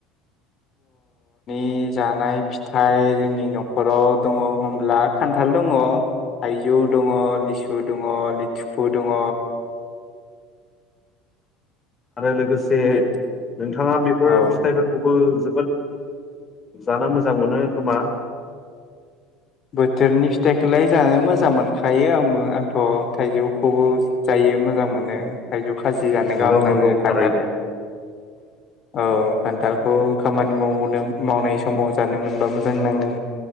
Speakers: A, on the left (about 45°); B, on the left (about 30°).
A: नि जानाय फिथाइ जोंनि न'खराव दंङ होनब्ला खान्थाल दंङ थाइजौ दंङ लिसु दंङ लिथिखु दंङ
B: आरो लोगोसे
A: बे
B: नोंथांङा बेफोर
A: औ
B: फिथाइफोरखौबो जोब जोबोद जानो मोजां मोनो खोमा?
A: बोथोरनि फिथाइखौलाय जानो मोजां मोनखायो आंबो आंथ' थाइजौखौबो जायो। मोजां मोनो थाइजौ खाजि जानो
B: नंगौ
A: गाहाम
B: नंगौ
A: नांङो खान्थाल
B: थारैनो <inaudible>
A: औ खान्थालखौ खामानि मावनो - मावनाय समाव जानो मोनबा मोजां नांङो।